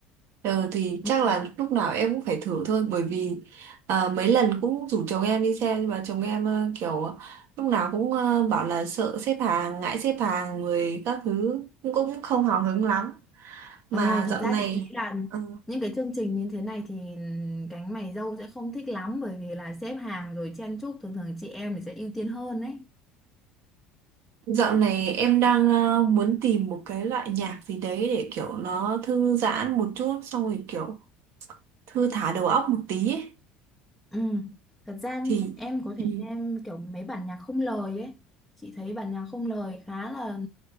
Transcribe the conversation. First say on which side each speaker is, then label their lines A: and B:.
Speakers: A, on the right; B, in the centre.
A: Ờ, thì
B: ừ.
A: chắc là lúc nào em cũng phải thử thôi bởi vì à, mấy lần cũng rủ chồng em đi xem nhưng mà chồng em ờ, kiểu lúc nào cũng ờ, bảo là sợ xếp hàng ngại xếp hàng người các thứ cũng cũng không hào hứng lắm mà
B: ờ thật
A: dạo
B: ra
A: này
B: chị thấy là
A: ờ,
B: những cái chương trình như thế này thì ừ, cánh mày râu sẽ không thích lắm bởi vì là xếp hàng rồi chen chúc thường thường chị em thì sẽ ưu tiên hơn đấy
A: dạo này em đang ờ, muốn tìm một cái loại nhạc gì đấy để kiểu nó thư giãn một chút xong rồi kiểu thư thả đầu óc một tí ấy.
B: Ừ. Thật ra
A: thì
B: em có
A: thì
B: thể em kiểu mấy bản nhạc không lời ấy chị thấy bản nhạc không lời khá là